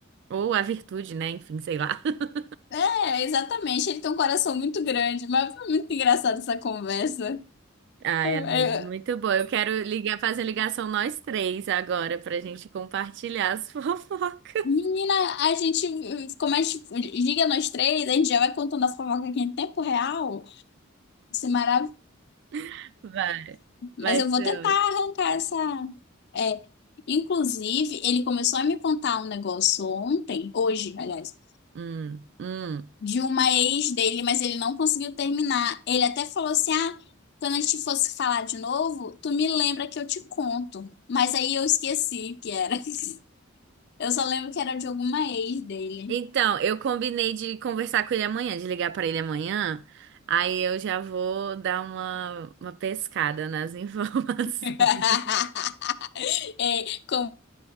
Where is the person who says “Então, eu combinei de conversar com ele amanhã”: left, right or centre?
Right